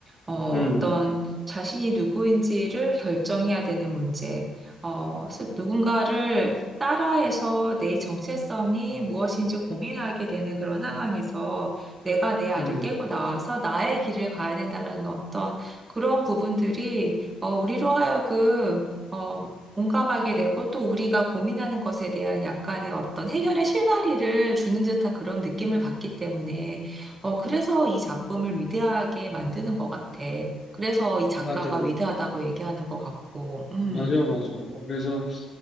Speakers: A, on the right; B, on the left.
A: 어,
B: 음,
A: 어떤 자신이 누구인지를 결정해야 되는 문제, 어, 스- 누군가를 따라해서 내 정체성이 무엇인지 고민하게 되는 그런 상황에서 내가 내 알을
B: 음.
A: 깨고 나와서 나의 길을 가야 된다는 어떤 그런 부분들이 어, 우리로 하여금 어, 공감하게 되고 또 우리가 고민하는 것에 대한 약간의 어떤 해결의 실마리를 주는 듯한 그런 느낌을 받기 때문에 어, 그래서 이 작품을 위대하게 만드는 것 같아. 그래서 이 작가가
B: 맞아.
A: 위대하다고 얘기하는 것 같고, 음,
B: 맞아, 맞아. 그래서,